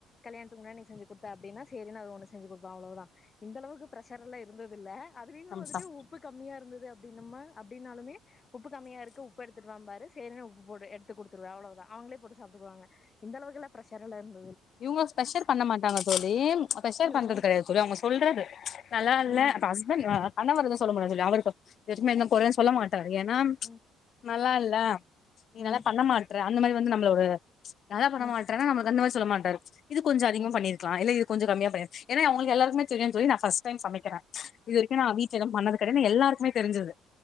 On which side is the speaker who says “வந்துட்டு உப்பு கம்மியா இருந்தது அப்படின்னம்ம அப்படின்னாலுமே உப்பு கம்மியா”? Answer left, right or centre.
Left